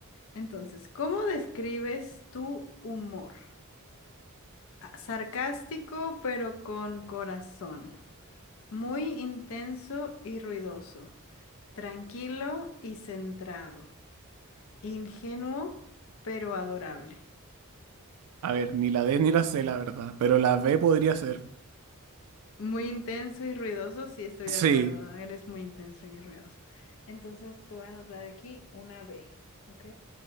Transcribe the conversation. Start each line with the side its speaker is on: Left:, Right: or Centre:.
Left: Entonces, ¿cómo describes tu humor? Ah, Sarcástico, pero con corazón. Muy intenso y ruidoso. Tranquilo y centrado. Ingenuo, pero adorable.
Right: A ver, ni la D ni la C, la verdad, pero la B podría ser.
Left: Muy intenso y ruidoso, sí estoy
Right: Sí,
Left: de acuerdo. Eres muy intenso y ruidoso. Entonces te voy a anotar aquí una B, ¿ok?